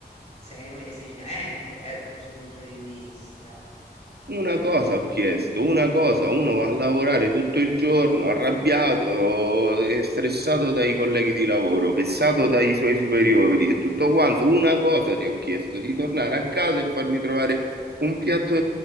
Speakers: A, on the left (about 40°); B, on the right (about 70°).
A: sei esigente eh, da questo punto di vista.
B: Una cosa ho chiesto, una cosa, uno va a lavorare tutto il giorno, arrabbiato e stressato dai colleghi di lavoro, vessato dai suoi superiori e tutto quanto. Una cosa ti ho chiesto, di tornare a casa e farmi trovare un piatto